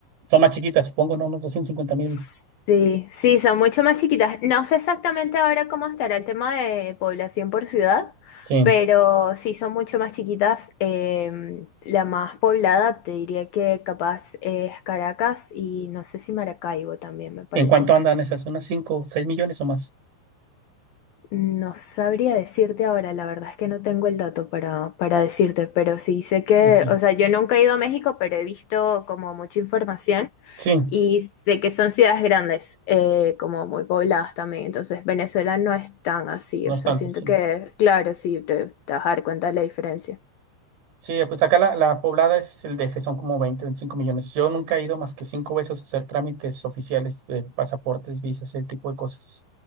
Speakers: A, on the right (about 75°); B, on the left (about 65°).
A: son más chiquitas, supongo, ¿no? Unos 250 mil.
B: Sí, sí, son mucho más chiquitas. No sé exactamente ahora cómo estará el tema de población por ciudad,
A: Sí.
B: pero sí son mucho más chiquitas. Em, la más poblada te diría que capaz es Caracas y no sé si Maracaibo también me parece.
A: ¿En cuánto andan esas? ¿Unas 5, 6 millones o más?
B: No sabría decirte ahora, la verdad es que no tengo el dato para, para decirte, pero sí sé que,
A: Ok.
B: o sea, yo nunca he ido a México, pero he visto como mucha información
A: Sí,
B: y sé que son ciudades grandes, eh, como muy pobladas también, entonces Venezuela no es tan así,
A: no
B: o
A: es
B: sea,
A: tanto,
B: siento
A: sí.
B: que, claro, sí, te, te vas a dar cuenta de la diferencia.
A: Sí, pues acá la, la poblada es el DF, son como 20, 25 millones. Yo nunca he ido más que cinco veces a hacer trámites oficiales de pasaportes, visas, ese tipo de cosas.